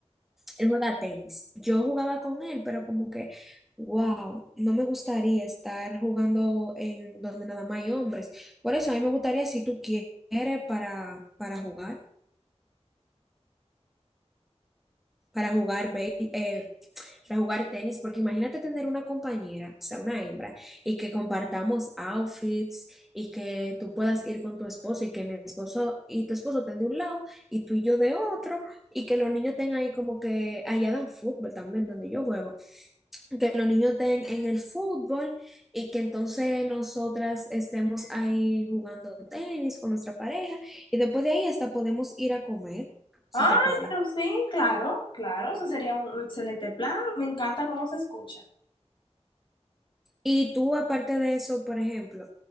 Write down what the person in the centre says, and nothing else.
Él juega tenis. Yo jugaba con él, pero como que, wow, no me gustaría estar jugando en donde nada más hay hombres. Por eso a mí me gustaría, si tú quieres, para, para jugar, para jugar, bei- eh, para jugar tenis, porque imagínate tener una compañera, o sea, una hembra, y que compartamos outfits y que tú puedas ir con tu esposo y que mi esposo y tu esposo estén de un lado y tú y yo de otro y que los niños tengan ahí como que allá dan fútbol también donde yo juego. que los niños den en el fútbol y que entonces nosotras estemos ahí jugando tenis con nuestra pareja y después de ahí hasta podemos ir a comer, si
te parece.
Y tú, aparte de eso, por ejemplo,